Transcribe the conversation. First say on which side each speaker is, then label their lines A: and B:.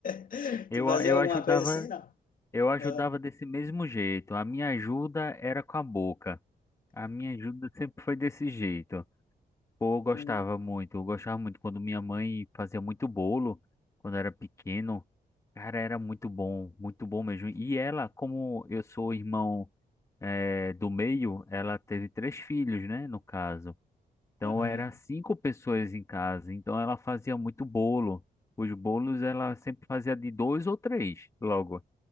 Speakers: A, on the left (about 60°); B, on the left (about 20°).
A: <laughs>
B: Eu,
A: Tu fazia
B: eu
A: alguma
B: ajudava,
A: coisa assim, não?
B: eu ajudava
A: Ah,
B: desse mesmo jeito. A minha ajuda era com a boca. A minha ajuda sempre foi desse jeito. Pô, eu gostava
A: hum,
B: muito, eu gostava muito quando minha mãe fazia muito bolo, quando era pequeno. Cara, era muito bom, muito bom mesmo. E ela, como eu sou o irmão, eh, do meio, ela teve três filhos, né, no caso. Então
A: Aham.
B: era cinco pessoas em casa, então ela fazia muito bolo. Os bolos ela sempre fazia de dois ou três logo.